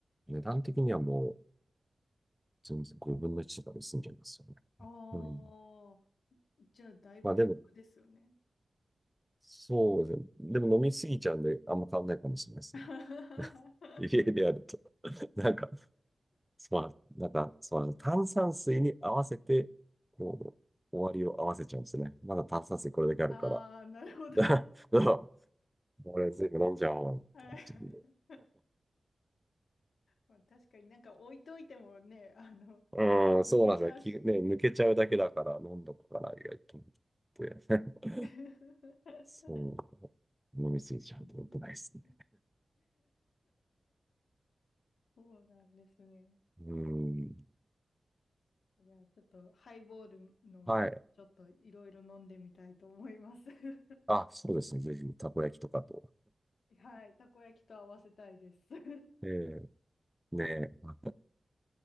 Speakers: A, in the centre; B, on the left.
A: う値段的にはもう、全然5分の1とかで済んじゃいますよね。
B: ああ
A: うん。
B: ー、じゃあだいぶお得ですよね。
A: まあでも、そうですね。でも飲みすぎちゃうんで、あんま変わんないかもしれないですね。
B: <laughs>
A: 家でやると、なんか、まあ、なんか、そう、炭酸水に合わせて、こう、終わりを合わせちゃうんですね。まだ炭酸水これだけあるから。
B: ああ、なるほど。
A: <laughs> だから、俺全部飲んじゃおうってなっちゃうんで。
B: はいまあ、確かになんか置いといてもね、あの、
A: うん、そうなんですよ。
B: 抜けちゃうし。
A: きね、抜けちゃうだけだから飲んどくかな意外と思って。
B: <laughs>
A: <laughs> そう。飲みすぎちゃうと良くないですね。
B: うんそうなんですね。
A: うん。
B: いや、ちょっとハイボールのちょっといろいろ飲んでみたいと思います。
A: はい。
B: <laughs>
A: あ、そうですね。ぜひ、たこ焼きとかと。
B: はい、たこ焼きと合わせたいです。<laughs> い
A: ええねえ。